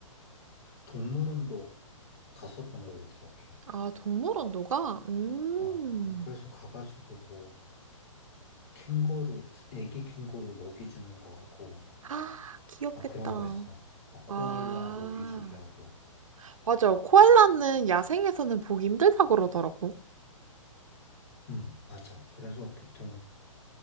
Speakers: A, on the left; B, on the right.
A: 동물원도 갔었던 걸로 기억해.
B: 아, 동물원도가? 음.
A: 어, 그래- 그래서 가가지고 뭐, 캥거루, 애기 캥거루 먹이 주는 거 하고,
B: 아, 귀엽겠다.
A: 막 그런 거 했어. 막 코알라
B: 아,
A: 먹이 주게 하고.
B: 맞아요. 코알라는 야생에서는 보기 힘들다 그러더라고.
A: 음, 맞아. 그래서 보통